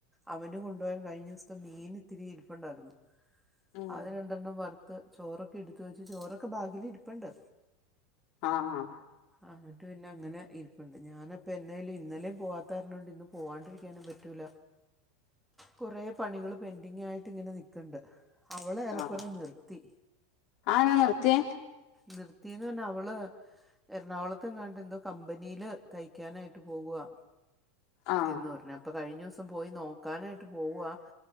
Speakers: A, in the centre; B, on the left.
A: അവന് കൊണ്ടുപോകാൻ കഴിഞ്ഞ ദിവസത്തെ മീന് ഇത്തിരി ഇരിപ്പുണ്ടായിരുന്നു
B: ഉം
A: അത് രണ്ടെണ്ണം വർ ത്ത് ചോറൊക്കെ ഇടുത്ത് വെച്ച് ചോറൊക്കെ ബാഗില് ഇരിപ്പ്ണ്ട്
B: ആഹ്
A: എന്നിട്ട് പിന്നെ അങ്ങനെ ഇരിപ്പ്ണ്ട് ഞാനപ്പ ഇന്നലിം പോവാത്തത് കാരണം ഇന്ന് പോവാണ്ടിരിക്കാനും പറ്റൂല കുറെ പണികള് പെന്റിങ്ങായിട്ട് ഇങ്ങനെ നിക്ണ്ട് അവള് ഏറെക്കുറെ
B: ആഹ്
A: നിർത്തി
B: ആഹ് ഞാൻ നിർത്തിയേ
A: നിർത്തിന്ന് പർഞ്ഞാ അവള് എറണാകുളത്ത് എങ്ങാണ്ട് എന്തോ കമ്പനില് തയ്ക്കാനായി ട്ട് പോവാ
B: ആഹ്
A: എന്ന് പർഞ് അപ്പൊ കഴിഞ്ഞിസം പോയി നോക്കാനായിട്ട് പോവാ